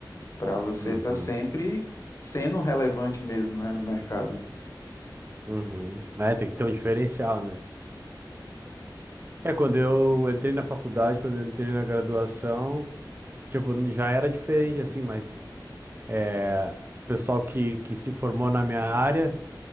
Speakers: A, on the left; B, on the right.
A: Para você
B: uhum,
A: estar sempre sendo relevante mesmo, né, no mercado.
B: uhum. É, tem que ter um diferencial, né? É, quando eu entrei na faculdade, quando eu entrei na graduação, tipo, já era diferente, assim, mas É, pessoal que, que se formou na minha área,